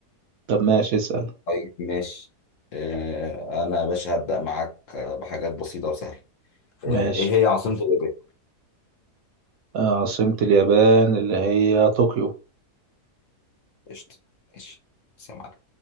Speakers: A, on the right (about 70°); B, on the left (about 60°).
A: طب ماشي اسأل
B: طيب ماشي آه، انا يا باشا هبدا معاك آه، بحاجات بسيطه وسهله آه،
A: ماشي
B: ايه هي عاصمه اليابان
A: آه، عاصمة اليابان اللي هي طوكيو
B: قشطه ماشي بس يا معلم